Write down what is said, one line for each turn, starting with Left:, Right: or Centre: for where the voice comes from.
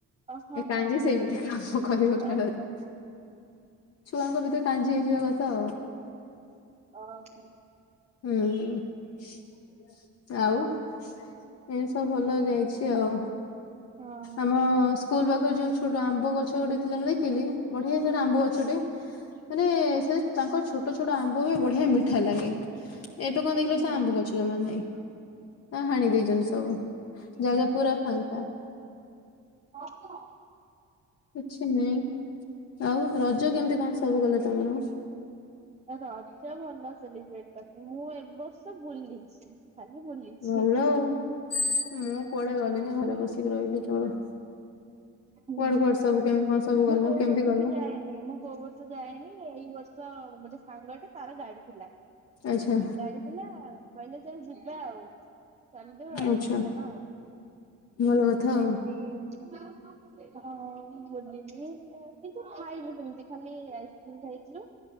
Right: ଓ ହଁ
Left: ଏ
Right: ହଁ
Left: କାଞ୍ଜି
Right: ହଁ
Left: ସେମିତି। କାମ କରିବ ଖେଳରେ
Right: ଓ ହୋ ହୋ।
Left: ଛୁଆଙ୍କ ଭିତରେ କାଞ୍ଜି ହେଇଯିବା କଥା ଆଉ।
Right: ଓହୋ।
Left: ହୁଁ। ଆଉ ଏମିତି ସବୁ ଭଲ ଯାଇଛି ଆଉ।
Right: ହଁ
Left: ଆମ ସ୍କୁଲ ପାଖରେ ଯୋଉ ଛୋଟ ଆମ୍ବ ଗଛ ଗୋଟେ ଥିଲା ମୁଁ ଦେଖିଲି ବଢିଆ ସେଟା ଆମ୍ବ ଗଛଟେ। ମାନେ ସେ ତାଙ୍କର ଛୋଟ ଛୋଟ ଆମ୍ବ ହୁଏ ବଢିଆ ମିଠା ଲାଗେ। ଏବେ କଣ ଦେଖିଲ
Right: ହୁଁ।
Left: ସେ ଆମ୍ବ ଗଛ ଯୋଉମାନେ ଏ ହାଣି ଦେଇଛନ୍ତି ସବୁ ଜାଗା ପୁରା ଫାଙ୍କା।
Right: <unintelligible>
Left: କିଛି ନାଇଁ ଆଉ ରଜ କେମିତି କଣ ସବୁ କଲେ ତମର?
Right: ରଜ ଭଲ ସେଲିବ୍ରେଟ କରିଥିଲି ମୁଁ ଏ ବର୍ଷ ବୁଲିଛି। କାଲି ମୋର ଏ
Left: ଭଲ
Right: ସିଫ୍ଟ।
Left: ଆଉ। ମୁଁ କୁଆଡେ ଗଲିନି ଘରେ ବସିକି ରହିଲି କେବଳ।
Right: ହୁଁ।
Left: କୁଆଡେ କୁଆଡେ ସବୁ କେମତି କଣ ସବୁ
Right: ମୁଁ
Left: ଗଲ
Right: କୋଉ
Left: କେମିତି
Right: ବର୍ଷ
Left: ଗଲ?
Right: ବି ଯାଏନି ମୁଁ କୋଉ ବର୍ଷ ଯାଏନି ଏଇ ବର୍ଷ ମୋଟେ ସାଙ୍ଗଟେ ତାର ଗାଡି ଥିଲା।
Left: ଆଚ୍ଛା
Right: ଗାଡିଥିଲା କହିଲେ ଚାଲ ଯିବା ଆଉ ଚାଲିଲୁ ଆଉ।
Left: ଆଚ୍ଛା
Right: ଦି ଜଣ ଆଉ
Left: ଭଲ କଥା
Right: ଯାଇକି
Left: ଆଉ।
Right: ହଁ ବୁଲିଲି। କିଛି ଖାଇନୁ ସେମିତି ଖାଲି ଆଇସ୍କ୍ରିମ ଖାଇଥିଲୁ